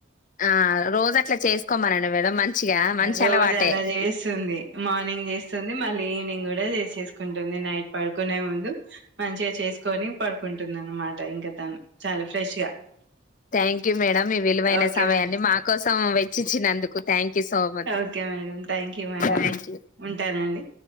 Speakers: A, on the left; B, on the right.
A: ఆ రోజు అట్లా చేసుకోమనండి మేడం మంచిగా మంచి
B: రోజు
A: అలవాటే
B: అలా చేస్తుంది మార్నింగ్ చేస్తుంది మళ్ళీ ఈవినింగ్ కూడా చేసేసుకుంటుంది నైట్ పడుకునే ముందు మంచిగా చేసుకొని పడుకుంటుంది అనమాట ఇంకా తను చాలా ఫ్రెష్ గా
A: థ్యాంక్ యూ మేడం ఈ విలువైన
B: ఓకే
A: సమయాన్ని
B: మే
A: మా కోసం వెచ్చిచ్చినందుకు thank you so much
B: okay madam thank you madam
A: thank you
B: ఉంటానండి